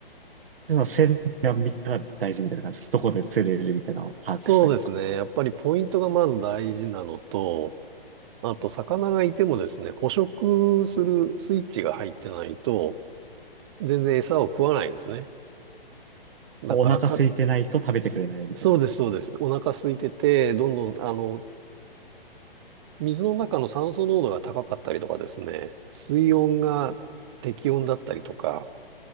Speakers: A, on the right (about 70°); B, on the right (about 30°).
A: でも、線が見たら大事みたいな感じです。どこで釣れるみたいなのを把握したりとか。
B: そうですね。やっぱりポイントがまず大事なのと、あと魚がいてもですね、捕食するスイッチが入ってないと、全然餌を食わないんですね。だからか、
A: お腹空いてないと食べてくれないみたいな。
B: そうです、そうです。お腹空いてて、どんどん、あの、水の中の酸素濃度が高かったりとかですね、水温が適温だったりとか、